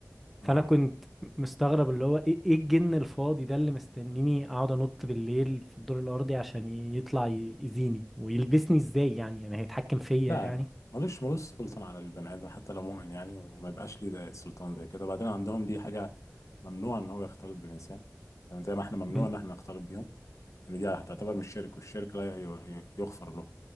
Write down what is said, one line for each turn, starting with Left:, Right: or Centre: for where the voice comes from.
Left: اه
Centre: فانا كنت مستغرب اللي هو ايه ايه الجن الفاضي ده اللي مستنيني اقعد انط بالليل في الدور الارضي عشان ي- يطلع ي- يأذيني ويلبسني ازاي يعني يعني هيتحكم فيا
Left: لا
Centre: يعني
Left: ملوش ملوش سلطان على البني ادم حتى لو مؤمن يعني وما يبقاش ليه ده سلطان زي كده وبعدين عندهم دي حاجه ممنوع ان هو يختلط بالانسان يعني زي ما احنا ممنوع
Centre: م-
Left: ان احنا نختلط بيهم يعني دي هتعتبر من الشرك والشرك لا ي- ي- يغفر له